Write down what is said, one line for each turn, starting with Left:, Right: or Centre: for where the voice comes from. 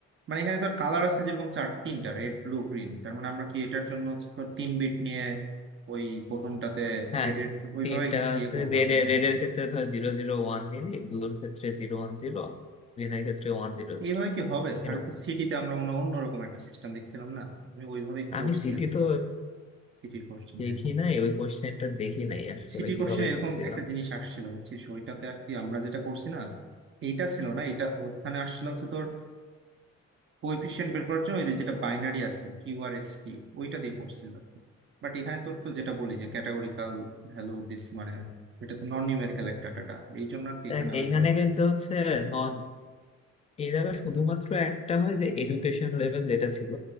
Right: মানে এখানে তোর কালার আছে যেরকম চার তিনটা রেড ব্লু গ্রিন তার মানে আমরা কি এটার জন্য হচ্ছে তোর তিন বিট নিয়ে ওই প্রথমটাতে
Left: হ্যাঁ
Right: রেড এর ওইভাবে
Left: তিনটা
Right: ইয়ে
Left: আছে
Right: করবো
Left: রেড
Right: আর কি
Left: এর red এর ক্ষেত্রে ধর জিরো জিরো ওয়ান নিলি ব্লুর ক্ষেত্রে জিরো ওয়ান জিরো গ্রিনের ক্ষেত্রে ওয়ান জিরো জিরো
Right: এইভাবে কি হবে স্যার
Left: এরকম
Right: তো সিটিতে আমরা মনে হয় অন্যরকম একটা সিস্টেম দেখছিলাম না আমি ওইভাবেই করছি
Left: আমি সিটি
Right: আর কি
Left: তো
Right: সিটির কোশ্চেনে
Left: দেখি নাই ওই কোশ্চেনটা দেখি নাই আসলে
Right: সিটির
Left: কিভাবে
Right: কোশ্চেনে এরকম
Left: করছিলাম
Right: একটা জিনিস আসছিল বুঝছিস ওইটাতে আর কি আমরা যেটা করছি না এইটা ছিল না এটা ওখানে আসছিল হচ্ছে তোর কোএফিসিয়েন্ট বের করার জন্য এদের যেটা বাইনারি আছে কিউ আর এস টি ওইটা দিয়ে করছিলাম বাট এখানে তো তো যেটা বলি যে ক্যাটাগরিকাল ভ্যালু বেস মানে এটা তো নন নিউমেরিক্যাল একটা ডাটা এই জন্য আর কি
Left: দেখ
Right: এখানে হয়তো
Left: এইখানে কিন্তু হচ্ছে নন এই জায়গায় শুধুমাত্র একটা হয় যে এডুকেশন লেভেল যেটা ছিল